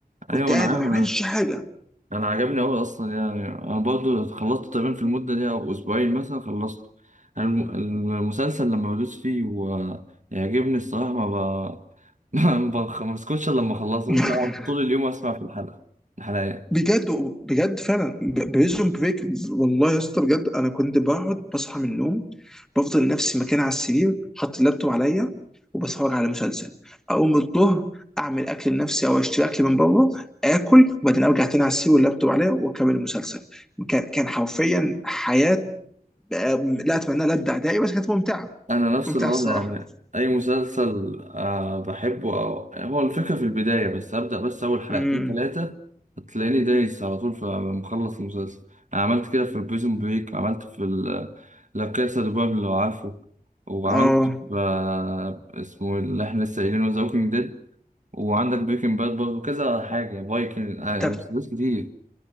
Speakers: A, in the centre; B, on the right.
A: كنت
B: أيوة
A: قاعد
B: أنا عارف
A: ما بعملش حاجه
B: انا عجبني اوي اصلا يعني انا برضو خلصت تقريبا في المده دي او اسبوعين مثلا خلصت الم- المسلسل لما بدوس فيه ويعجبني الصراحه ما ب... <laughs> ما بخ- ما بسكتش إلا لما اخلصه
A: <laughs>
B: ممكن اقعد طول اليوم اسمع في الحلقه الحلقات
A: بجد بجد فعلا بريزون بريك والله يا اسطى بجد انا كنت بقعد بصحى من النوم بفضل نفسي مكان على السرير حاطط اللابتوب عليا وبتفرج على مسلسل اقوم الظهر اعمل اكل لنفسي او اشتري اكل من بره اكل وبعدين ارجع تاني على السرير واللابتوب عليا واكمل المسلسل كان كان حرفيا حياه لا اتمنى لا ابدع داعي بس كانت ممتعه
B: انا
A: كانت
B: نفس
A: ممتعه
B: الوضع
A: الصراحه
B: يعني اي مسلسل آه بحبه أو يعني هو الفكره في البدايه بس ابدا بس اول حلقتين
A: امم
B: ثلاثه هتلاقيني دايس على طول فمخلص المسلسل انا عملت كده في بريزون بريك وعملت في ال- لا كاسا دي بابل لو عارفه وعملت
A: اه
B: في آه، اسمه إيه اللي احنا لسه قايلينه ذا ووكينج ديد وعندك بريكنج باد برضه كذا حاجه فايكنج آه
A: طب
B: مسلسلات كتير